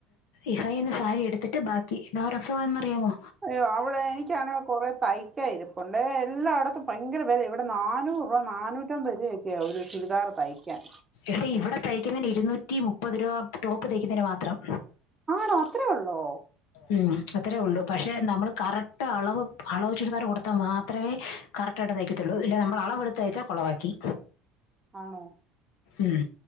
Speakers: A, on the left; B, on the right.
A: ഇഫൈന്ന് സാരി എടുത്തിട്ട് ബാക്കി ഇന്നോ രസവാന്ന് അറിയാമോ
B: അയ്യോ അവിടെ എനിക്കാണെങ്കിൽ കുറെ തയ്ക്ക ഇരിപ്പണ്ട് എല്ലായിടത്തും ഭയങ്കര പേദ ഇവിടെ നാനൂറ് രൂപ നാനൂറ്റ ഈ ഐറ്റം വരയൊക്കെയ ഒരു ചുരിദാറ തയ്ക്കാൻ
A: ഇവിടെ ഇവിടെ തയ്ക്കുന്നതിന് ഇരുന്നൂറ്റി മുപ്പത് രൂപ ടോപ്പ് തയ്ക്കുന്നതിന് മാത്രം
B: ആണോ അത്രേ ഉള്ളോ
A: ഉം അത്രയേ ഉള്ളൂ പക്ഷെ നമ്മൾ കറക്റ്റ് അളവ് അളവ് ചിടുത്താറ് കൊടുത്താ മാത്രമേ കറക്റ്റായിട്ട് തയ്ക്കത്തുള്ളൂ ഇല്ല നമ്മൾളവ എടുത്ത അയച്ചാൽ കുളവാക്കി
B: ആണോ
A: ഉം